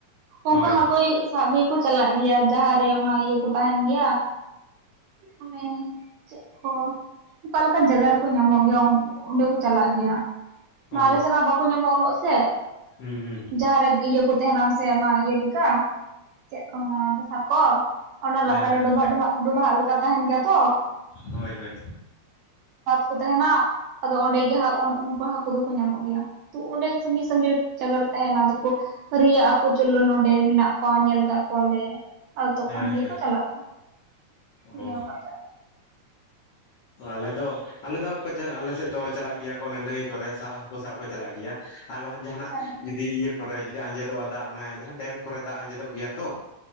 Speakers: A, on the right; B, on the left.
A: ᱩᱱᱠᱩ
B: ᱦᱳᱭ
A: ᱦᱟᱹᱠᱩᱭ ᱥᱟᱵ ᱜᱮ ᱠᱚ ᱪᱟᱞᱟᱜ ᱜᱮᱭᱟ ᱡᱟᱦᱟᱸ ᱨᱮ ᱚᱱᱟ ᱤᱭᱟᱹ ᱠᱚ ᱛᱟᱦᱮᱱ ᱜᱮᱭᱟ᱾ ᱚᱱᱮ ᱪᱮᱫ ᱠᱚ ᱚᱠᱟᱞᱮᱠᱟᱱ ᱡᱟᱭᱜᱟ ᱨᱮᱠᱚ ᱧᱟᱢᱚᱜ ᱜᱮᱭᱟ ᱚᱸᱰᱮ ᱠᱚ ᱪᱟᱞᱟᱜ ᱜᱮᱭᱟ᱾ ᱢᱟ
B: ᱚ
A: ᱟᱞᱮ ᱥᱮᱫ ᱢᱟ ᱵᱟᱠᱚ ᱧᱟᱢᱚᱜ-ᱟ ᱩᱱᱟᱹᱜ ᱥᱮ
B: ᱦᱩᱸ ᱦᱩᱸ
A: ᱡᱟᱦᱟᱸ ᱨᱮ ᱤᱭᱟᱹ ᱠᱚ ᱛᱟᱦᱮᱱᱟ ᱥᱮ ᱚᱱᱟ ᱤᱭᱟᱹ ᱞᱮᱠᱟ, ᱪᱮᱫ ᱠᱚ ᱢᱮᱱᱟ <inaudible> ᱠᱚ ᱚᱱᱟ ᱞᱟᱛᱟᱨ
B: ᱦᱮᱸ ᱦᱮᱸ
A: ᱨᱮ ᱰᱚᱵᱟᱜ ᱰᱚᱵᱟᱜ ᱰᱚᱵᱷᱟᱜ ᱞᱮᱠᱟ ᱛᱟᱦᱮᱱ ᱜᱮᱭᱟ ᱛᱚ᱾
B: ᱦᱳᱭ ᱦᱳᱭ
A: ᱠᱩ ᱛᱟᱦᱮᱱᱟ, ᱟᱫᱚ ᱚᱸᱰᱮ ᱜᱮ ᱦᱟᱜ ᱩᱱ ᱩᱱᱠᱩ ᱦᱟᱹᱠᱩ ᱫᱚᱠᱚ ᱧᱟᱢᱚᱜ ᱜᱮᱭᱟ᱾ ᱛᱚ ᱚᱸᱰᱮ ᱥᱟᱺᱜᱤᱧ
B: ᱚ
A: ᱥᱟᱺᱜᱤᱧ ᱪᱟᱜᱟᱲ ᱛᱟᱦᱮᱱᱟ ᱫᱚᱠᱚ ᱦᱟᱹᱨᱤᱭᱟᱜ ᱟᱠᱚ ᱪᱩᱞᱞᱚ ᱱᱚᱰᱮ ᱢᱮᱱᱟᱜ ᱠᱚᱣᱟ ᱧᱮᱞ ᱠᱟᱫ ᱠᱚᱣᱟᱞᱮ ᱟᱨ ᱛᱚᱠᱷᱚᱱ
B: ᱦᱮᱸ
A: ᱜᱮᱠᱚ
B: ᱦᱮᱸ
A: ᱪᱟᱞᱟᱜ ᱛᱟᱦᱮᱜ ᱾ ᱱᱤᱭᱟᱹᱣ
B: ᱚ
A: ᱠᱟᱛᱮᱜ
B: ᱟᱞᱮ ᱫᱚ ᱟᱞᱮ ᱫᱚ ᱠᱟᱹᱡ ᱟᱞᱮᱥᱮᱫ ᱫᱚ ᱪᱟᱞᱟᱜ ᱜᱮᱭᱟ ᱠᱚ ᱚᱱᱮ ᱱᱟᱹᱭ ᱠᱚᱨᱮ ᱥᱟᱵ ᱦᱟᱹᱠᱩ ᱥᱟᱵ ᱠᱚ ᱪᱟᱞᱟᱜ ᱜᱮᱭᱟ ᱟᱨ ᱵᱟᱠᱷᱟᱱ ᱡᱟᱦᱟᱸᱱᱟᱜ
A: ᱥᱟᱺᱜᱤᱧ
B: ᱡᱩᱫᱤ ᱤᱭᱟᱹ ᱠᱚᱨᱮ ᱡᱩᱫᱤ ᱟᱸᱡᱮᱫᱚᱜ-ᱟ᱾ ᱫᱟᱜ ᱚᱱᱮ ᱡᱟᱦᱟᱸ ᱰᱮᱢ ᱠᱚᱨᱮ ᱫᱟᱜ ᱟᱸᱡᱮᱫᱚᱜ ᱜᱮᱭᱟ ᱛᱚ᱾